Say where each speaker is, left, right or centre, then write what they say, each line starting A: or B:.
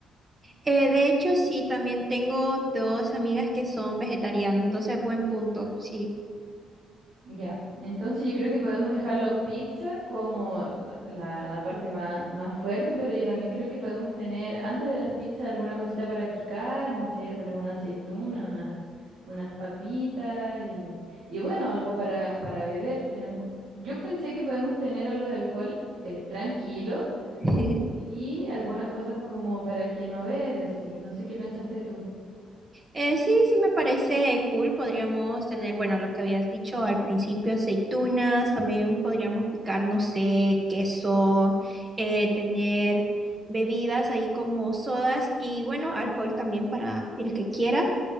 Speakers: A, on the right (about 25°); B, on the right (about 85°).
A: Eh, de hecho, sí, también tengo dos amigas que son vegetarianas, entonces buen punto, sí.
B: Ya, entonces yo creo que podemos dejarlo pizza como la, la- la parte más, más fuerte, pero yo también creo que podemos tener antes de las pizzas alguna cosita para picar, no sé, ponemos una aceituna, una, unas papitas y, y bueno, algo para, para beber. Tenemos, yo pensé que podemos tener algo de alcohol eh, tranquilo
A: <laughs>
B: y algunas cosas como para quien no bebe, así, no sé qué pensaste tú.
A: Eh, sí, sí me parece cool. Podríamos tener, bueno, lo que habías dicho al principio, aceitunas, también podríamos picar, no sé, queso, eh, tener bebidas ahí como sodas y bueno, alcohol también para el que quiera.